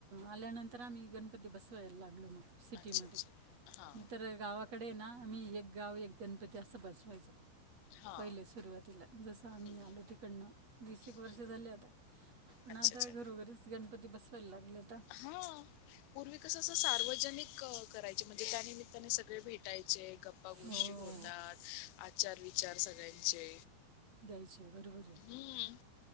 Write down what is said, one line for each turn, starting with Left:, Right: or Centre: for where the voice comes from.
Right: आल्यानंतर आम्ही गणपती बसवायला लागलो मग सिटीमध्ये.
Left: अच्छा अच्छा हा
Right: मी तर गावाकडे ना आम्ही एक गाव एक गणपती अस बसवायचो.
Left: हा
Right: पहिले सुरुवातीला जसं आम्ही
Left: हम्म.
Right: आलो तकडन वीस एक वर्ष
Left: हम्म.
Right: झाले आता. पण
Left: अच्छा
Right: आता
Left: अच्छा
Right: घरोघरीच गणपती बसवायला लागेलेत आ
Left: हा पूर्वी कस अस सार्वजनिक करायचे म्हणजे त्यानिमित्ताने सगळे भेटायचे गप्पा गोष्टी
Right: हो
Left: होतात आचार विचार सगळ्यांचे
Right: द्यायचे बरोबर हे.
Left: हम्म